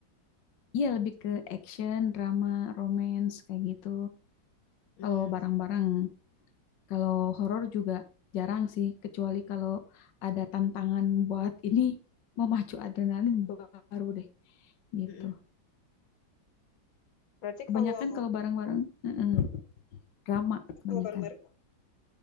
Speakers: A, on the left; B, on the left.
A: Iya lebih ke action, drama, romance kayak gitu.
B: Hmm,
A: Kalau bareng-bareng Kalau horor juga jarang sih, kecuali kalau ada tantangan buat ini memacu adrenalin baru deh gitu.
B: mm-mm. Berarti
A: Kebanyakan
B: kalau
A: kalau barang-barang heeh, drama kebanyakan,
B: kalau bareng-bareng,